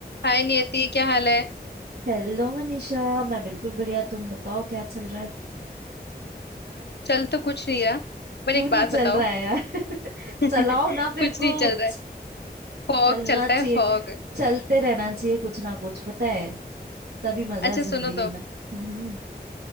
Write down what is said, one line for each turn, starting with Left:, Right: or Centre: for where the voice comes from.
Left: हाय नियति क्या हाल है
Right: Hello Manisha मैं बिल्कुल बढ़िया तुम बताओ क्या चल रहा है
Left: चल तो कुछ नहीं रहा पर
Right: क्यों
Left: एक
Right: नहीं
Left: बात
Right: चल
Left: बताओ
Right: रहा है यार <laughs>
Left: <laughs>
Right: चलाओ
Left: कुछ
Right: ना फिर कुछ
Left: नहीं चल रहा है फॉग
Right: चलना
Left: चलता
Right: चाहिए
Left: है फॉग
Right: चलते रहना चाहिए कुछ ना कुछ पता है तभी मजा
Left: अच्छा
Right: है जिंदगी
Left: सुनो तो
Right: में हम्म